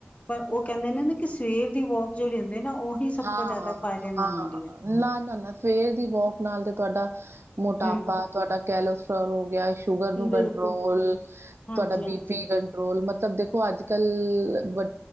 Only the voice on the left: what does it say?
ਪਰ ਉਹ ਕਹਿੰਦੇ ਨੇ ਨਾ ਕਿ ਸਵੇਰ ਦੀ ਵੋਕ ਜਿਹੜੀ ਹੁੰਦੀ ਨਾ ਉਹੀ ਸਭ
ਤੋਂ ਜ਼ਿਆਦਾ ਫਾਇਦੇਮੰਦ
ਹੁੰਦੀ ਹੈ।
ਹੂੰ,
ਬਿਲਕੁਲ
ਹਾਂਜੀ-ਹਾਂਜੀ।